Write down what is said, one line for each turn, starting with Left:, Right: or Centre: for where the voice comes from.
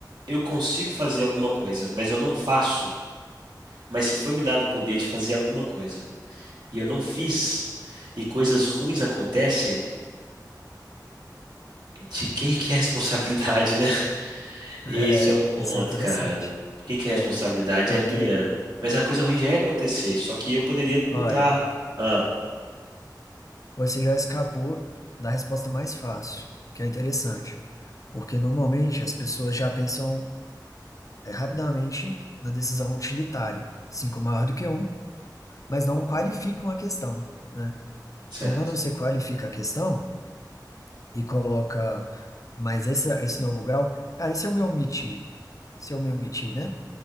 Right: eu consigo fazer alguma coisa, mas eu não faço, mas se foi me dado o poder de fazer alguma coisa e eu não fiz, e coisas ruins acontecem, de quem que é a responsabilidade, né? <laughs> Esse
Left: é,
Right: é o ponto,
Left: isso é interessante.
Right: cara. De Quem que
Left: É,
Right: é a responsabilidade?
Left: porque,
Right: É minha. Mas a coisa ruim já ia acontecer, só que eu poderia
Left: olha,
Right: mudar. Ah,
Left: você já escapou da resposta mais fácil, que é interessante. Porque normalmente as pessoas já pensam é, rapidamente na decisão utilitária. cinco é maior do que um mas não qualificam a questão, né?
Right: certo.
Left: Então, quando você qualifica a questão e coloca mais essa, esse novo grau, cara, e se eu me omitir? Se eu me omitir, né?